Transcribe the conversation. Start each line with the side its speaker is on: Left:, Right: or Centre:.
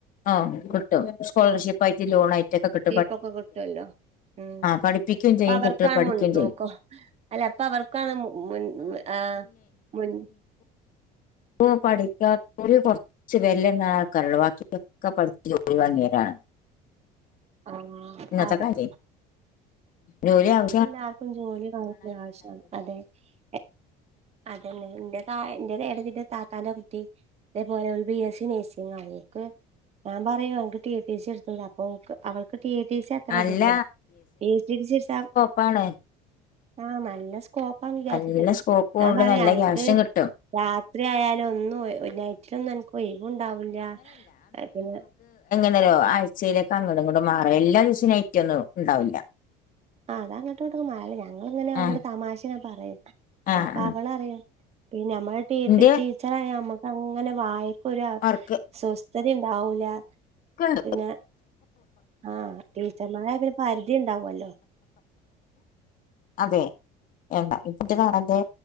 Left: ആ കിട്ടും സ്കോളർഷിപ്പ് ആയിട്ട് ലോൺ ആയിട്ടൊക്കെ കിട്ടു
Right: പക്കെ കിട്ടുവല്ലോ ഉ
Left: പഠിപ്പിക്കുകയും
Right: അപ്പൊ
Left: ചെയ്യും
Right: അവർക്കാ
Left: കുട്ടികൾ പഠിക്കുകയും
Right: മുൻതൂക്കം
Left: ചെയ്യും
Right: അല്ല പ്പ അവർക്കാണ് ആ മുൻ ആഹ്
Left: ഓ പഠിക്കാ ഓല് കൊർച്ച് വെരലെണ്ണാ ആൾക്കാരൊള്ളു വാക്കിയൊക്കെ പഠിച്ച് ജോലിവാങ്ങിയവരാണ്.
Right: ആഹ്
Left: ഇന്നത്തെ
Right: അവർക്ക്
Left: കാലത്ത് ജോലി ആവ
Right: എല്ലാർക്കും ജോലി വാങ്ങല് ആവശ്യാ ണ് അതെ എ അതെന്നെ എന്റെ തായെ എന്റെര് ഏട്ടത്തിന്റെ താത്താന്റെ ആ കുട്ടി അതേപോലെ ഓല് ബി എസ് സി നഴ്സിംഗ് ആയേ ക്ക് ഞാൻ പറയുംഅൻക്ക് ടി ടി സി എടുത്തൂടെ അപ്പൊ ഓക്ക് അവൾക്ക് ടി ടി സി അത്ര
Left: അല്ല
Right: ഇതില്ല <unintelligible>
Left: പ്പാണ്
Right: ആ മ നല്ല സ്കോപ്പാ വിചാരിച്ചട്ട
Left: നല്ല സ്കോപ്പും
Right: ഞാൻ
Left: ഉണ്ട്
Right: പറയാ
Left: നല്ല
Right: അനക്ക്
Left: ക്യാഷും കിട്ടും
Right: രാത്രി ആയാല ഒന്നു നൈറ്റിലൊന്നും അൻക്ക് ഒയുവുഉണ്ടാവില്ല പിന്നെ
Left: ങ്ങേര ആഴ്ചയിലേക്കെ അങ്ങോട്ട് ഇങ്ങോട്ടും മാറ എല്ലാ ദിവസും നൈറ്റൊന്നും ഉണ്ടാവില്ല
Right: ആ അതാങ്ങട്ടോട്ട മാറി ഞങ്ങിളങ്ങനെ അവളോട്
Left: ആഹ്
Right: തമാശ ക്ക് ങ്ങ പറയും
Left: ആഹ്
Right: അപ്പൊ
Left: ആഹ്
Right: അവളറിയും പിന്ന നമ്മള് ടീ
Left: ഇന്റെ
Right: ടീച്ചറായ നമ്മ അങ്ങനെ വായി ഒരു
Left: വർക്ക്
Right: സ്വസ്ഥത ഉണ്ടാവൂല
Left: വർക്കുണ്ട്
Right: പിന്നെ ആ ടീച്ചർമാരായ പിന്നെ പരിധി ഉണ്ടാവല്ലോ
Left: അതെ വേണ്ടാ ഇപ്പത്തെ കാലത്തെ